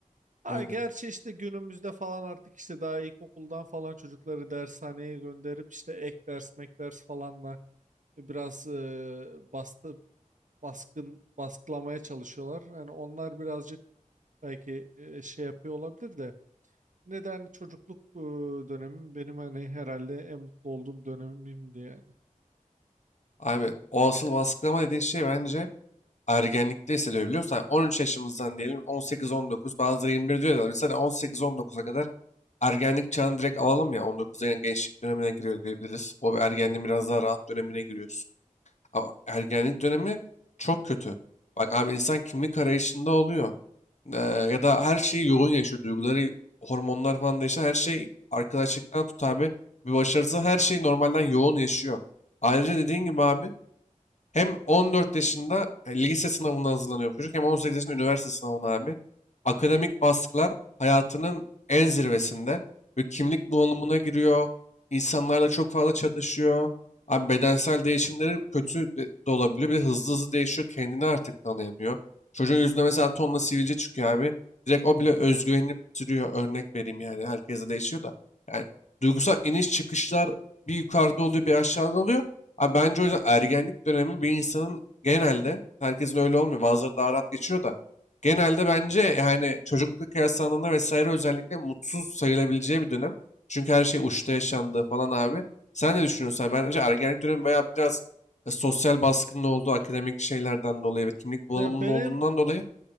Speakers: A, on the right (about 65°); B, on the left (about 55°).
A: Ha,
B: aynen.
A: gerçi işte günümüzde falan artık işte daha ilkokuldan falan çocukları dershaneye gönderip işte ek ders mek ders falanla biraz e, bastı baskın baskılamaya çalışıyorlar. Yani onlar birazcık belki e, şey yapıyor olabilir de neden çocukluk e, dönemim benim hani herhalde en mutlu olduğum dönemimdi yani.
B: Abi o asıl baskılama dediğin şey bence ergenlikte hissedebiliyorsan 13 yaşımızdan diyelim 18-19 bazıları 21 diyorlar. Biz hani 18-19'a kadar ergenlik çağını direkt alalım ya 19'a yine gençlik dönemine giriyor diyebiliriz. O bir ergenliğin biraz daha rahat dönemine giriyorsun. Ama ergenlik dönemi çok kötü. Bak abi insan kimlik arayışında oluyor. Ee, ya da her şeyi yoğun yaşıyor. Duyguları, hormonlar falan değişiyor. Her şey arkadaşlıktan tut abi. Bir başarısı her şey normalden yoğun yaşıyor. Ayrıca dediğin gibi abi hem 14 yaşında e, lise sınavına hazırlanıyor çocuk hem 18 yaşında üniversite sınavına abi. Akademik baskılar hayatının en zirvesinde. Ve kimlik bunalımına giriyor. İnsanlarla çok fazla çatışıyor. Abi bedensel değişimleri kötü de de olabiliyor. Bir de hızlı hızlı değişiyor. Kendini artık tanıyamıyor. Çocuğun yüzünde mesela tonla sivilce çıkıyor abi. Direkt o bile özgüvenini bitiriyor. Örnek vereyim yani. Herkese değişiyor da. Yani duygusal iniş çıkışlar bir yukarıda oluyor bir aşağıda oluyor. Abi bence o yüzden ergenlik dönemi bir insanın genelde, herkesin öyle olmuyor. Bazıları daha rahat geçiyor da. Genelde bence yani çocukluk kıyaslandığında vesaire özellikle mutsuz sayılabileceği bir dönem. Çünkü her şey uçta yaşandı falan abi. Sen ne düşünüyorsun? abi? Bence ergenlik dönemi bayağı biraz e, sosyal baskının olduğu akademik şeylerden dolayı ve kimlik bulanımının
A: Ya benim
B: olduğundan dolayı